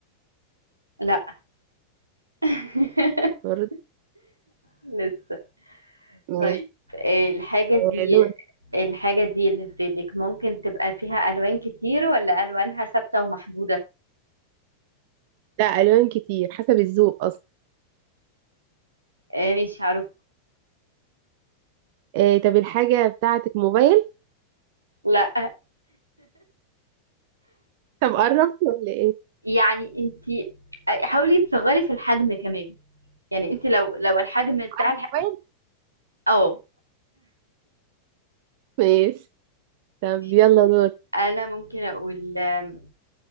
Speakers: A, on the right (about 85°); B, on the right (about 45°).
A: لا <laughs>
B: برضه
A: لسه
B: ماشي
A: طيب آه، الحاجة
B: آه،
A: دي
B: دور
A: الحاجة دي اللي في بالك ممكن تبقى فيها ألوان كتير ولا ألوانها ثابتة ومحدودة؟
B: لا الوان كتير حسب الذوق اصلا
A: آه، مش عارف
B: آه طب الحاجه بتاعتك موبايل
A: لا
B: طب قربت ولا ايه
A: يعني انت حاولي تصغري في الحجم كمان يعني انت لو لو الحجم بتاع
B: موبايل
A: الح... اه
B: ماشي طب
A: ماشي
B: يلا دور
A: انا ممكن اقول آم،